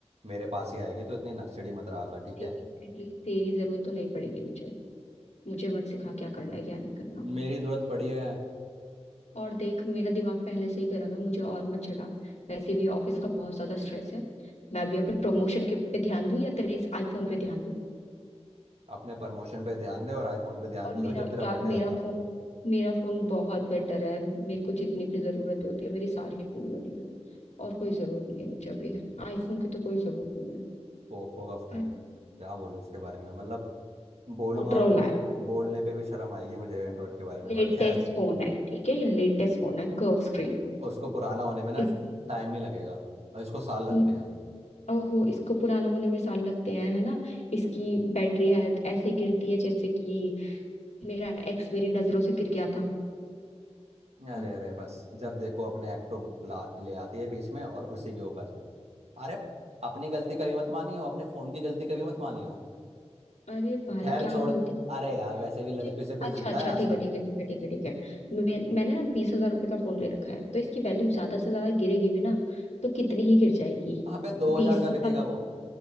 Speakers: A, on the right (about 70°); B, on the left (about 80°).
A: मेरे पास ही आएगी तो इतनी नक्सड़ी मत रहा कर ठीक
B: तेरी
A: है
B: एटलीस्ट तेरी जरूरत तो नहीं पड़ेगी मुझे मुझे मत सिखा क्या करना है क्या नहीं करना
A: मेरी जरूरत पड़ी है
B: और देख मेरा दिमाग पहले से ही गर्म है मुझे और मत चिढ़ा वैसे भी ऑफिस का बहुत ज्यादा स्ट्रेस है मैं भी अपने प्रमोशन के पे ध्यान दूं या तेरे इस आईफोन पे ध्यान दूं
A: अपने प्रमोशन पे ध्यान दे और आईफोन पे ध्यान
B: और
A: दियो
B: मेरा
A: जब तेरा
B: यार
A: बर्थडे
B: मेरा
A: आएगा
B: फोन मेरा फोन बहुत बेटर है मेरे को जितनी भी जरूरत होती है मेरी सारी पूरी हो रही है और कोई जरूरत नहीं है मुझे अभी आईफोन की तो कोई जरूरत नहीं
A: पोको का फोन
B: है
A: क्या बोलूं उसके बारे में मतलब बोलूंगा
B: मोटरोला
A: बोलने पे भी शर्म आएगी मुझे एंड्रॉइड के बारे में
B: लेटेस्ट
A: बट खैर
B: फोन है ठीक है ये लेटेस्ट फोन है कर्व स्क्रीन
A: उसको पुराना होने में ना
B: इसकी
A: टाइम नहीं लगेगा और इसको साल लगते
B: हम्म,
A: हैं
B: ओहो इसको पुराना होने में साल लगते हैं है ना इसकी बैटरी हेल्थ ऐसे गिरती है जैसे कि मेरा एक्स मेरी नजरों से गिर गया था
A: अरे
B: हम्म,
A: अरे बस जब देखो अपने एक्ट को ला ले आती है बीच में और उसी के ऊपर अरे अपनी गलती कभी मत मानियो अपने फोन की गलती कभी मत मानियो
B: अरे भाई
A: खैर
B: क्या
A: छोड़
B: गलती
A: अरे यार वैसे भी लड़कियों
B: मुझे-
A: से कोई
B: अच्छा
A: जीता
B: अच्छा
A: है आज
B: ठीक
A: तक
B: है ठीक है ठीक है ठीक है ठीक है मैं, मैंने ना बीस हजार रुपए का फोन ले रखा है तो इसकी वैल्यू ज्यादा से ज्यादा गिरेगी भी ना तो कितनी ही गिर जाएगी
A: अबे दो
B: बीस
A: हजार का
B: से
A: बिकेगा
B: कम
A: वो